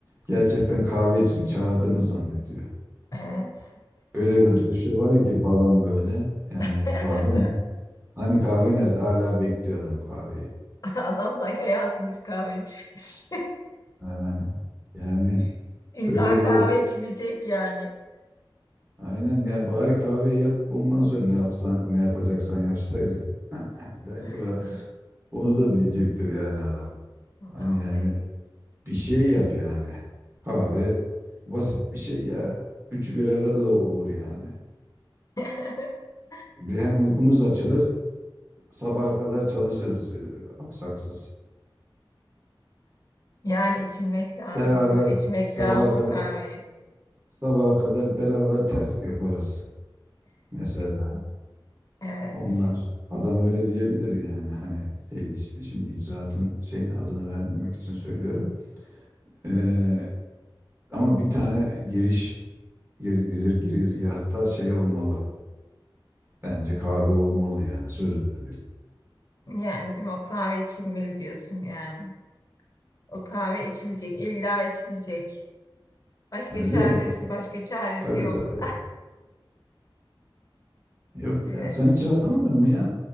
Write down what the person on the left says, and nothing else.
Evet.
<laughs>
Adam sanki hayatında hiç kahve içmemiş.
<laughs> İlla
kahve içilecek yani.
<laughs>
Vallahi.
<laughs>
Yani içilmek lazım
diyor. İçmek
lazım
o kahveyi.
Evet.
Yani değil mi? O kahve içilmeli diyorsun yani. O kahve içilecek. İlla içilecek. Başka
çaresi,
başka çaresi
yok.
<laughs>
Ee,